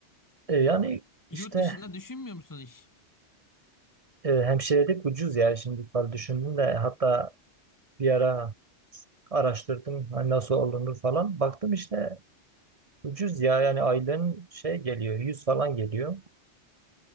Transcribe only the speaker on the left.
Yurt
dışında düşünmüyor musun hiç?